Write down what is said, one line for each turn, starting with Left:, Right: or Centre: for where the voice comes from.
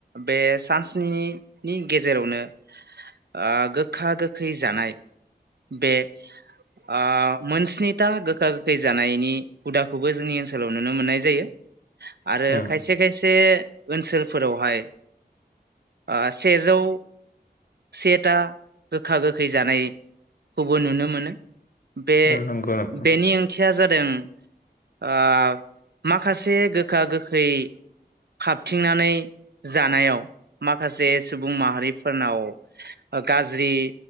Right: बे सानस्निनि गे जेरावनो आ गोखा गोखै जानाय बे आ मोनस स्निथा गोखा गोखै जानायनि हुदाखौबो जोंनि ओनसोलाव नुनो मोननाय जायो आरो
Left: उम
Right: खायसे खायसे ओनसोलफोरावहाय आ सेजौ सेथा गोखा गोखै जानायखौबो नुनो मोनो। बे
Left: उम नंगौ नोंथां
Right: बेनि ओंथिया जादों आ माखासे गोखा गोखै खाबथिंनानै जानायाव माखासे सुबुं माहारि फोरनाव गाज्रि